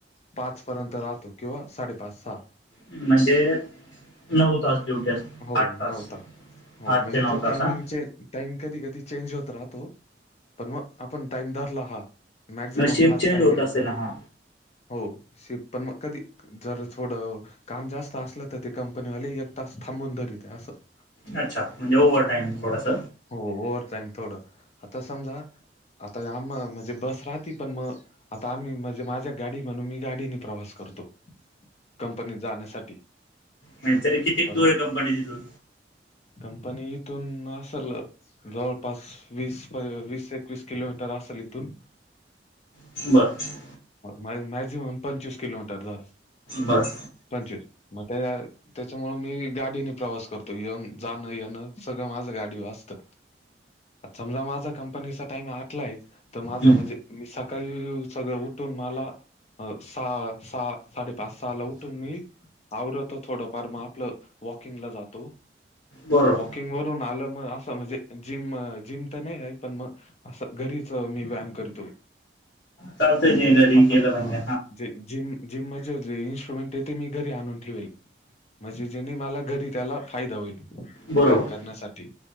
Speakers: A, on the left; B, on the left.
A: पाच पर्यंत राहतो किंवा साडेपाच सहा
B: म्हणजे नऊ तास ड्युटी असते
A: हो
B: आठ तास
A: नऊ हो
B: आठ
A: म्हणजे
B: ते नऊ
A: तो
B: तास
A: टायमिंग
B: हा.
A: चे टाइम कधी कधी चेंज होत राहतो पण मग आपण टाइम धारला हा. मॅक्झिमम
B: मग शिफ्ट
A: हाच
B: चेंज
A: टाइम
B: होत
A: यूज
B: असेल
A: कर
B: ना हा
A: हो शि पण मग कधी जर थोडं काम जास्त असलं तर ते कंपनीवाले एक तास थांबून धरीित असं.
B: अच्छा म्हणजे ओ्हर टाईम
A: हम्म.
B: थोडस.
A: हो ओव्हवर टाईम थोडं आता समजा. आता या म्हणजे बस राहते पण मग आता आम्ही म्हणजे माझ्या गाडी म्हणून मी गाडीने प्रवास करतो. कंपनीत जाण्यासाठी
B: म्हणजे तरी कितीक
A: तर
B: दूर
A: मग
B: आहे कंपनी तिथून
A: कंपनी इथून असल जवळपास वीस वीस वीस किलोमीटर असल इथून
B: बरं.
A: मॅक्झिमम पंचवीस किलमीटर धर
B: बरं.
A: पंचवीस म ते त्यांच्यामुळे मी गाडीने प्रवास करतो येऊन जाणं येणं सगळं माझं गाडीवर असतं. आ समजा माझा कंपनीचा टाइम आठला तर माझं
B: हं.
A: म्हणजे मी सकाळी सगळं उठून मला अ सहा सहा साडेपाच सहा ला उठून मी आृत थोडंफार मग आपलं वॉकिंगला जातो.
B: बरं.
A: किंग वरून आलं मग असं म्हणजे जिम जिम तर नाही आहे पण मग असं घरीच मी व्यायाम करतो
B: चालतंय
A: म्हणजे
B: ते घरी
A: आपण
B: केलं
A: हा.
B: म्हणजे
A: जिम जिमध्ये जे इन्स्ट्रुमेंट आहे ते मी घरी आणून ठेवेले. म्हणजे जेनी मला घरी त्याला फायदा होईल.
B: बरोबर
A: व्यायाम करण्यासाठी